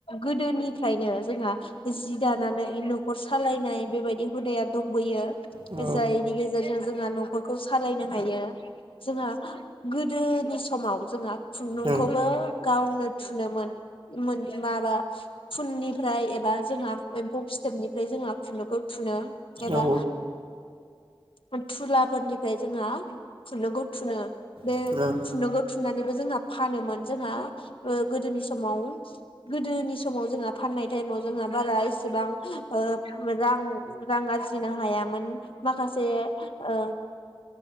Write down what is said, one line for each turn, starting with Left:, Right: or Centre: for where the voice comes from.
Left: गोदोनिफ्रायनो जोंहा जि दानानै नखर सालायनाय बेबायदि हुदाया दंबोयो। जायनि
Right: औ
Left: गेजेरजों जोंहा नखरखौ सालायनो हायो जोंहा गोदोनि समाव जोंहा खुन्दुंखौबो
Right: औ
Left: गावनो थुनो मोन मोन माबा खुननिफ्राय एबा जोंहा एम्फौ फिथोबनिफ्राय जोंहा खुनदुंखौ थुनो। एबा
Right: औ
Left: थुलाफोरनिफ्राय जोंहा खुनदुंखौ थुनो। बे
Right: औ औ
Left: खुन्दुंखौ थु फिनानैबो जोंहा फानोमोन जोंहा ओ गोदोनि समाव गोदोनि समाव जोंहा फाननाय टाइमाव जोंहा बारा एसेबां ओ रां रां आरजिनो हायामोन। माखासे ओ